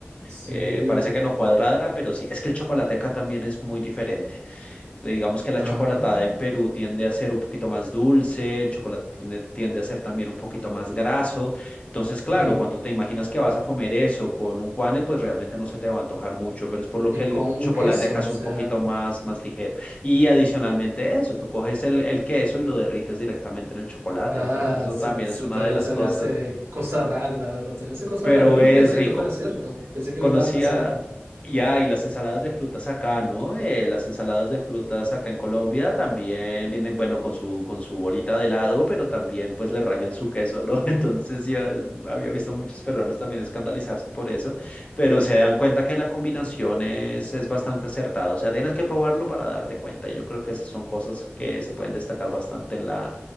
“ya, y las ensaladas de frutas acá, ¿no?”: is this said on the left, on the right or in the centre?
Left